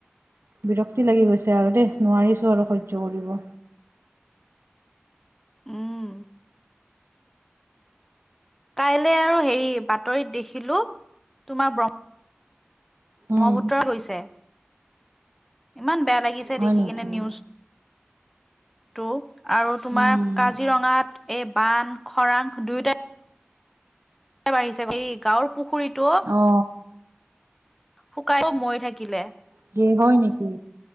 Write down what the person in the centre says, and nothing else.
উম কাইলে আৰু হেৰি বাতৰিত দেখিলো তোমাৰ ব্ৰম-
ব্ৰহ্মপুত্ৰই গৈছে, ইমান বেয়া লাগিছে
দেখি
কিনে নিউজ- টো আৰু তোমাৰ
কাজিৰঙাত এই বান- খৰাং দুইটা <unintelligible> এই গাঁৱৰ পুখুৰীতো-
শুকাই <unintelligible> থাকিলে।